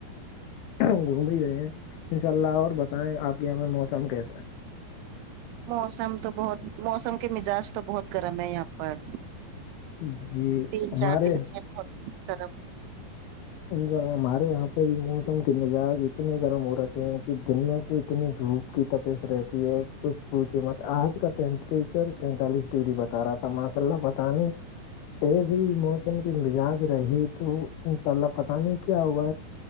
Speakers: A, on the left; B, on the right.
A: گھوم ہی رہے ہیں ان شاء اللہ اور بتائیں آپ کے یہیں موسم کیسا ہے
B: موسم تو بہت موسم کے مزاج تو بہت گرم ہے یہاں پر
A: ہے جی
B: تین
A: ہمارے
B: چار دن سے بہت گرم
A: ر ہمارے یہاں پہ بھی موسم کے مزاج اتنے گرم ہو رکھے ہیں کہ دن میں تو اتنی دھوپ کی تپیس رہتی ہے کچھ پونچی مت آج کا ٹیمپریچر سینتالیس ڈگری بتا رہا تھا ماشاء اللہ بت نہیںے تز ہی موسم کے مزاج رہے تو ان شاء اللہ پت نہیں کیا ہوگا